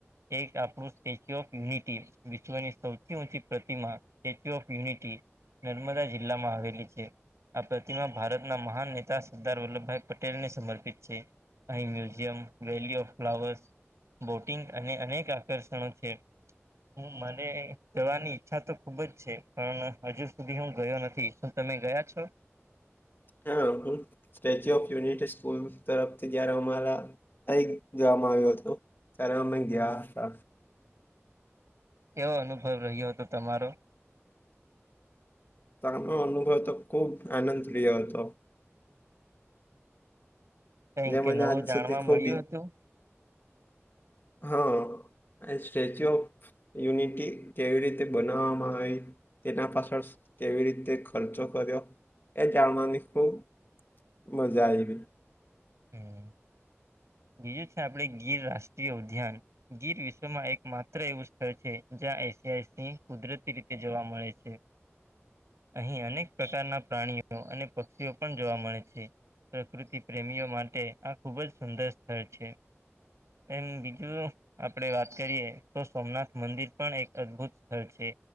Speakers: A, on the right; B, on the left.
A: એક આપણું સ્ટેચ્યુ ઓફ યુનિટી વિશ્વની સૌથી ઊંચી પ્રતિમા સ્ટેચ્યુ ઓફ યુનિટી નર્મદા જિલ્લામાં આવેલી છે. આ પ માં ભારતના મહાન નેતા સરદાર વલ્લભભાઈ પટેલને સમર્પિત છે. અહિ museum, valley of flowers boating અને અનેક આકર્ષણો છે. હુ મને જવાની ઈચ્છા તો ખુબ જ છે. પણ હજુ સુધી હું ગયો નથી. તમે ગયા છો?
B: હા અંકુ સ્ટેચ્યુ ઓફ યુનિટી સ્કૂલ તરફથી જયારે અમારા જવામાં આવ્યો હતો, ત્યારે અમે ગયા હતા.
A: કેવો અનુભવ રહ્યો હતો તમારો?
B: અનુભવ અનુભવ તો ખુબ આનંદ પ્રિય હતો.
A: કઈ
B: જે
A: કે
B: મને
A: નવું
B: આજ
A: જાણવા
B: સુધી ખૂબ
A: મળ્યું હતું?
B: હા આ સ્ટેચ્યુ ઓફ યુનિટી કેવી રીતે બનાવવામાં આવે તેના પાછળ કેવી રીતે ખર્ચો કર્યો, એ જાણવાની ખૂબ મજા આયવી.
A: હમ્મ. બીજું છે આપડે ગીર રાષ્ટ્રીય ઉદ્યાન. ગીર વિશ્વમાં એક માત્ર એવું સ્થળ છે, જ્યાં એશિયાની કુદરતી રીતે જોવા મળે છે. અહીં અનેક પ્રકારના પ્રાણીઓ અને પક્ષીઓ પણ જોવા મળે છે. પ્રકૃતિ પ્રેમીઓ માટે આ ખૂબ જ સુંદર સ્થળ છે. એમ બીજું આપણે વાત કરીએ તો સોમનાથ મંદિર પણ એક અદભુત સ્થળ છે.